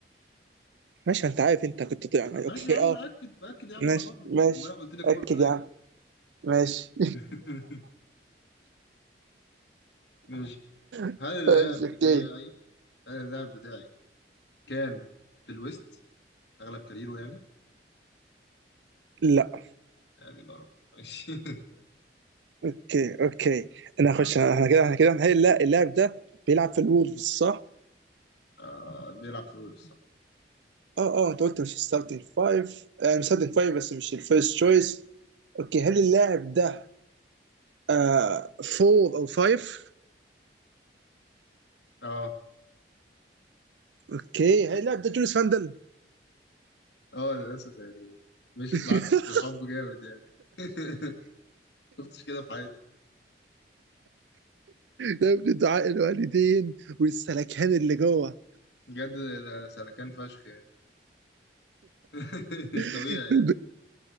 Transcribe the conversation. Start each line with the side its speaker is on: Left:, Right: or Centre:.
Right: ماشي ما انت عارف انت كنت طيب يعني
Left: ماشي
Right: اوكي
Left: يا عم
Right: اه
Left: باكد باكد يا عم
Right: ماشي
Left: انا حر
Right: ماشي
Left: امبارح قلت لك
Right: اكد
Left: اوفر فلاج
Right: يا عم ماشي
Left: <laughs> ماشي
Right: <laughs>
Left: هل اللاعب
Right: ماشي اوكي
Left: بتاعي هل اللاعب بتاعي كان في الويست اغلب كاريره يعني
Right: لا
Left: يعني بقى رب. ماشي <laughs>
Right: اوكي اوكي انا هخش
Left: اه انت
Right: انا-
Left: كسبت
Right: احنا كده
Left: خلاص
Right: احنا كده هنحل لا اللاعب ده بيلعب في الولفز صح؟
Left: آه بيلعب في الويست صح
Right: اه اه انت قلت مش ستارتنج فايف يعني ستارتنج فايف بس مش الفيرست تشويس اوكي هل اللاعب ده آه فور او فايف؟
Left: اه
Right: اوكي هل اللاعب ده جوليس فاندل؟
Left: اه للأسف يعني مشيت
Right: <laughs>
Left: معاك بالحب جامد يعني <laughs> شفتش كده في حياتي
Right: ده ابن دعاء الوالدين والسلكان اللي جوه
Left: بجد ده سلكان فشخ يعني <laughs> مش طبيعي
Right: <laughs>
Left: يعني